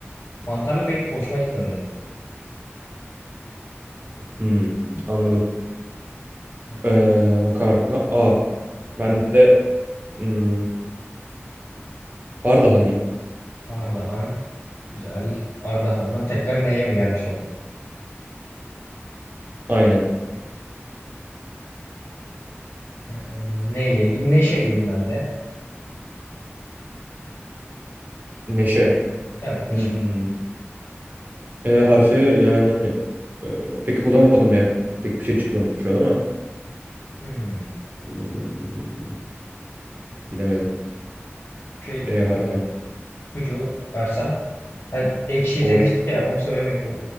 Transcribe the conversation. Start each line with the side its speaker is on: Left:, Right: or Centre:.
Left: Mantarlı pek hoşuma gitmedi.
Right: hmm, anladım.
Left: Evet.
Right: Ee, makarna A. Ben
Left: Aha.
Right: de hmm, Ardahan diyeyim.
Left: Ardahan. Güzel. Ardahan'dan tekrar neye mi gelmiş olduk?
Right: Aynen.
Left: Ee, neyle ilgili? Neşe diyeyim ben de.
Right: Neşe.
Left: Evet Neşe.
Right: Hmm. E harfi yani e, pek bulamadım ya. Pek bir şey çıkmadı şu an ama.
Left: Hmm.
Right: Hmm, Bilemedim.
Left: Şey
Right: E harfi.
Left: yapab ipucu versem. Ha, ekşi
Right: Olur.
Left: demiştik ya onu söylemedik o